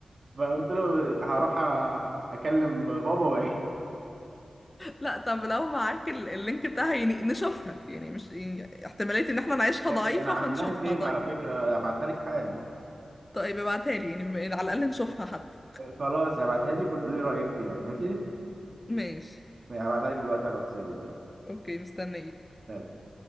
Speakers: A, on the right (about 50°); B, on the left (about 20°).
A: فقلت له هروح أ- اكلم بابا واجي
B: لا طب لو معاك ال- اللينك بتاعها يعني نشوفها يعني مش يعني احتماليه ان احنا نعيشها
A: يا-
B: ضعيفه
A: ده انا عامل
B: فنشوفها
A: لها سيف
B: طيب
A: على فكرة ابعتها لك حالا
B: طيب ابعتها لي يعني على الاقل نشوفها حتى
A: خلاص هبعتها لك وتقولي رأيك فيها ماشي
B: ماشي
A: يعني هبعتها لك دلوقتي على الواتساب يلا
B: اوكي مستنيه
A: سلام.